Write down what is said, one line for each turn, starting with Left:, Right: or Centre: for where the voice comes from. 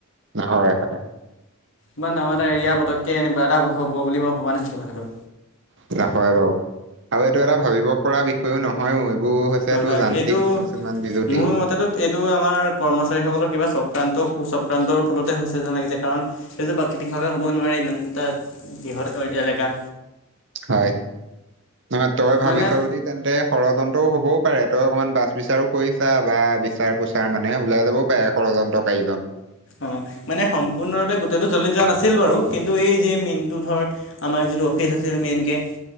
Right: হয়, হয়।
Left: ইমান দামৰ এটা এৰিয়া, পতককে এনেকুৱা এটা হ'ব বুলি মই ভবা নাছিলো কথাটো।
Right: <unintelligible> বাৰু, আৰু এইটো এটা ভাবিব পৰা বিষ <unintelligible> নহয়ও, এইবোৰ হৈছে
Left: হয়
Right: তোৰ
Left: হয়
Right: যান্ত্ৰিক
Left: এইটো
Right: কিছুমান বিজুতি।
Left: মোৰ মতেতো এইটো আমাৰ কৰ্মচাৰীসকলৰ কিবা চ আক্ৰান্ত কোঅক্ৰান্তৰ ফলতে হৈছে যেন লাগিছে, কাৰণ সেই যে প্ৰাকৃতিক ভাৱে হ'ব নোৱাৰে, ইমান এটা বৃহৎ এ-এলেকা।
Right: হয়, ন' তই ভাবিছ
Left: মানে
Right: য তেন্তে ষড়যন্ত্ৰও হ'বও পাৰে, তই অকনমান বাছ বিচাৰো কৰি ছা বা বিচাৰ কুচাৰ মানে ওলাই যাবও পাৰে। ষড়যন্ত্ৰ কাৰীজন।
Left: অ', মানে সম্পূৰ্ণৰূপে গোটেটো জ্বলি যোৱা নাছিল বাৰু, কিন্তু এই যে মেইনটো ধৰ আমাৰ যিটো অফিচ আছিল মেইনকে?